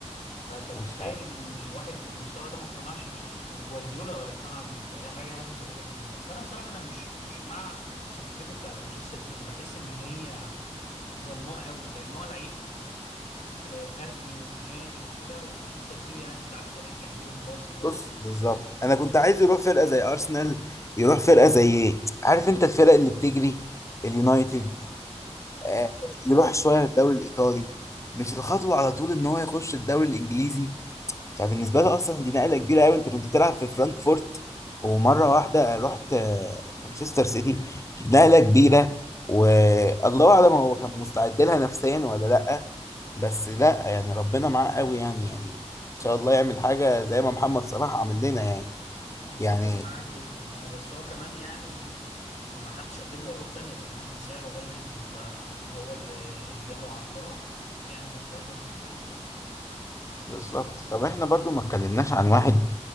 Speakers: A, on the left; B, on the left.
A: فانت متخيل
B: مش عارف.
A: ان واحد في المستوى ده ما اقتنعش بيه وجوارديولا اقتنع بيه فهي حاجه يعني غريبه جدا بس انا بصراحه انا مش مش مع صفقته بتاعت مانشستر سيتي بحس ان هي ظلماء قوي لان هو لعيب آه، فردي ومهاري وكده ومانشستر سيتي يعني انت عارف طريقه لعبهم باصي باصي
B: بص
A: باصي
B: بالظبط
A: باصي
B: انا كنت عايز يروح فرقه زي ارسنال يروح فرقه زي ايه عارف انت الفرق اللي بتجري اليونايتد آه يروح شويه الدوري الايطالي مش الخطوه على طول ان هو يخش الدوري الانجليزي فبالنسبه له اصلا دي نقله كبيره قوي انت كنت بتلعب في فرانكفورت ومره واحده رحت آه، مانشستر سيتي نقله كبيره والله اعلم هو كان مستعد لها نفسيا ولا لا بس لا يعني ربنا معاه قوي يعني يعني ان شاء الله يعمل حاجه زي ما محمد صلاح عمل لنا يعني
A: متفق
B: يعني
A: معاك جدا اه بس هو كمان يعني ما حدش قدم له عروض تانية لان هو كان سعره غالي جدا فهو اللي اللي جاله عرض راح اكيد يعني ما كانش هيفضل في فرانكفورت
B: بالظبط طب احنا برضو ما اتكلمناش عن واحد